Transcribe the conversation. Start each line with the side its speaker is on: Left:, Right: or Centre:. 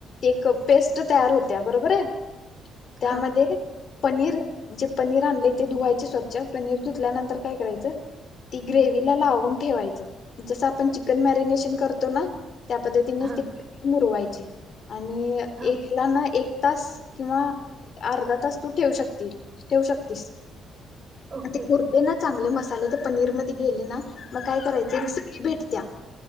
Left: एक पेस्ट तयार होत्या बरोबर आहे. त्यामध्ये?
Right: हा
Left: पनीर जे पनीर आणलय ते धुवायचे स्वच्छ पनीर धुतल्यानंतर काय करायचं ती ग्रेवीला लावून ठेवायच जस आपण चिकन मॅरिनेशन करतो ना त्या पद्धतीनेच
Right: हा
Left: ते मुरवायचे. आणि
Right: हा
Left: एकला ना एक तास किंवा अर्धा तास तू ठेवू शकती ठेवू शकतीस.
Right: ओके
Left: ते उरतय ना चांगले मसाले तर पनीर मध्ये गेले ना? मग काय करायचं
Right: हम्म
Left: एक सळी भेटत्या् मग